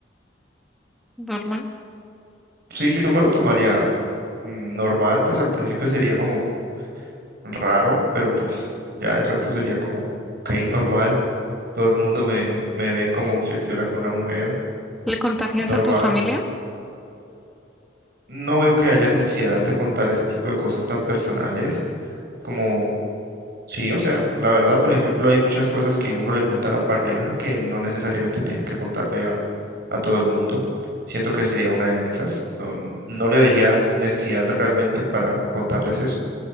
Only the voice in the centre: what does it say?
normal.
¿Le contarías
a tu familia?